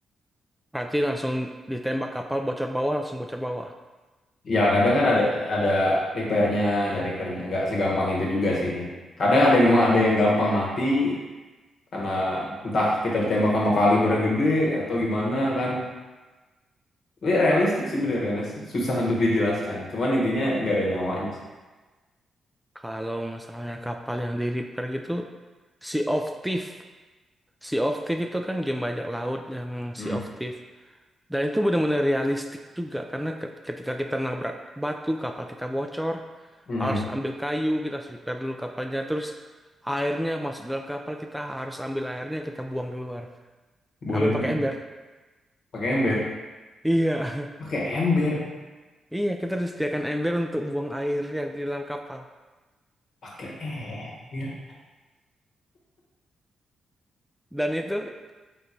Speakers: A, in the centre; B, on the left.
A: Berarti langsung ditembak kapal bocor bawah, langsung bocor bawah.
B: Ya kadang kan ada ada repairnya, ada repairnya, nggak segampang itu juga sih. Kadang ada yang memang ada yang gampang mati, karena entah kita ditembak sama kaliber yang gede atau gimana kan Tapi realistik sih bener realistik susah untuk dijelaskan cuman intinya nggak ada nyawanya sih
A: Kalau misalnya kapal yang di repair gitu, Sea of Thief. Sea of Thief itu kan game bajak laut yang
B: hmm.
A: Sea of Thief. Dan itu benar-benar realistik juga, karena ke- ketika kita nabrak batu, kapal kita bocor,
B: Hmm.
A: harus ambil kayu, kita harus repair dulu kapalnya, terus airnya masuk dalam kapal, kita harus ambil airnya, kita buang keluar.
B: boleh
A: Ambil pakai
B: deh
A: ember.
B: pakai ember
A: Iya,
B: pakai ember
A: iya kita disediakan ember untuk buang air yang di dalam kapal.
B: pakai ember
A: Dan itu